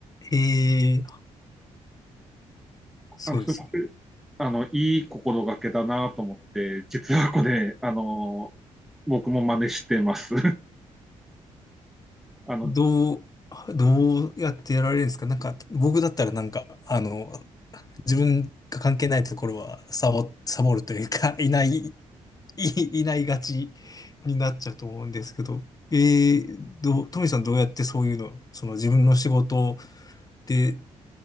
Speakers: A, on the left; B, in the centre.
A: えー、そうですね。
B: あのすごくあのいい心がけだなと思って、実はこれ、あの僕も真似してます <laughs> あの。
A: どう、どうやってやられるんですかなんか、僕だったらなんか、あの、自分が関係ないところはサボ、サボるというか、<laughs> いない、い、いないがちになっちゃうと思うんですけど、えー、どう、トミさんどうやってそういうの、その自分の仕事で、